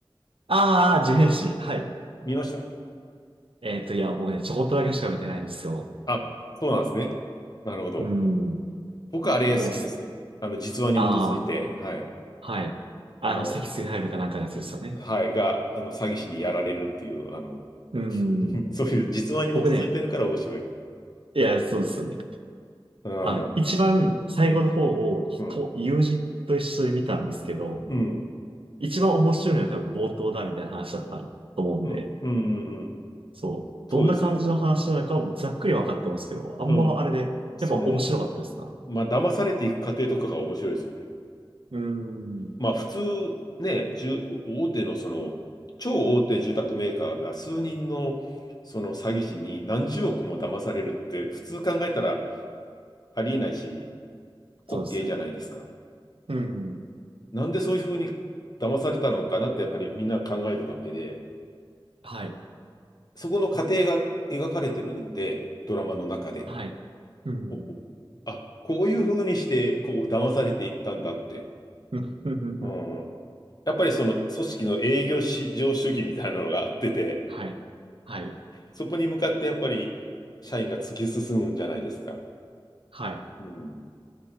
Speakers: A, on the right; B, on the left.
A: ああ、自変誌。はい。
B: 見ました
A: えっと、いや、僕ね、ちょこっとだけしか見てないんですよ。
B: あ、そうなんですね。なるほど。
A: うん。
B: 僕はあれ好きですね。
A: ボス。
B: あの、実話に基づいて、
A: ああ、
B: はい。
A: はい。あの、
B: あの、
A: 積水ハイブかなんかのやつですよね。
B: はい、が、あの、詐欺師にやられるっていう、あの、
A: うん。
B: <laughs> そういう実話に基づいてるから面白い。
A: 僕ね、いや、そうですよね。
B: うん、
A: あの、
B: うん、
A: 一番最後の方をと友人と一緒に見たんですけど、
B: うん、うん、
A: 一番面白いのは多分冒頭だみたいな話だったと思うんで、
B: うん、うん。うん
A: そう、
B: そうですね。
A: どんな感じの話なのかもざっくり分かってますけど、あんまあれで、
B: うん。その、
A: やっぱ面白かったですか
B: まあ、騙されていく過程とかが面白いですよね。
A: うーん。
B: まあ普通ね、住大手のその、超大手住宅メーカーが数人のその詐欺師に何十億も騙されるって普通考えたらありえないし、
A: そうですね。
B: 滑稽じゃないですか。
A: うん。
B: なんでそういうふうに騙されたのかなってやっぱりみんな考えるわけで、
A: はい。
B: そこの過程が描かれてるんで、ドラマの中で。
A: はい。うん。
B: おおあ、こういうふうにしてこう騙されていったんだって。
A: うん。うん。
B: うん。
A: うん
B: やっぱりその組織の営業至上主義みたいなのがあってて、
A: はい。はい。
B: そこに向かってやっぱり社員が突き進むんじゃないですか。
A: はい。
B: うん。